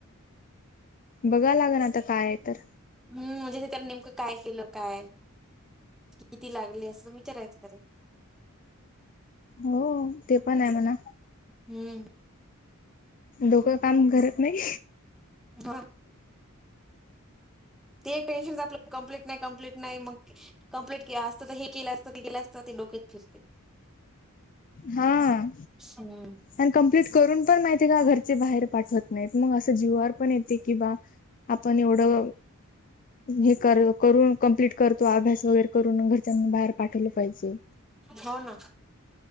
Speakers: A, on the left; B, in the centre.
A: बघा लाग ना आता काय आहे तर
B: हम् म्हणजे त त्या नेमकं काय केलं काय किती लागले असं विचरायचं त
A: हो ते पण आहे म्हणा
B: हम्म
A: डोकं काम करत नाही
B: <inaudible> ते एक टेन्शन आपलं कंप्लीट नाही कंप्लीट नाही म कंम्प्लीट असत हे केलं असतं ते केलं असतं ते डोकच फिरते
A: हा..
B: हम्म
A: आणि कम्प्लीट करून पण माहिती आहे का घरचे बाहेर पाठवत नाहीत मग असं जीवआर पण येते कि बा आपण एवढं हे कर करून कंम्प्लीट करतो अभ्यास वगैरे करून घरच्यां बाहेर पाठवलं पाहिजे.
B: हो ना